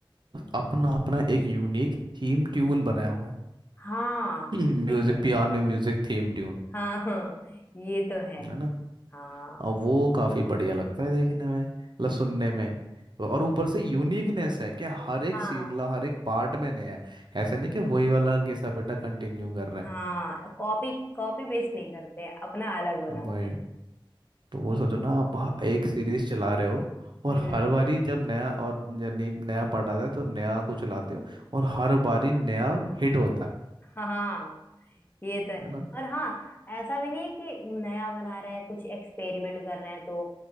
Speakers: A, on the right; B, on the left.
A: अपना अपना एक यूनिक थीम ट्यून बनाया हुआ है
B: हाँ
A: <clears throat> Music
B: <laughs>
A: piano music theme tune
B: हाँ हाँ ये तो है
A: है ना
B: हाँ
A: और वो काफी बढ़िया लगता है देखने में मतलब सुनने में और ऊपर से यूनिकनेस है कि हर एक
B: हाँ
A: सी मतलब हर एक पार्ट में नया है ऐसा नहीं कि वही वाला घिसा पिटा कंटिन्यू कर रहे
B: हाँ कॉपी कॉपी पेस्ट नहीं करते अपना अलग बनाते
A: हैं वही तो वो
B: हैं ये
A: सोचो
B: तो-
A: ना आप ह- एक सीरीज चला रहे हो और
B: हम्म
A: हर बारी जब नया और यानी नया पार्ट आता है तो नया को चलाते हो और हर बारी नया हिट होता है
B: हाँ ये तो है
A: है ना
B: और हाँ ऐसा भी नहीं है कि नया बना रहे हैं कुछ एक्सपेरिमेंट कर रहे हैं तो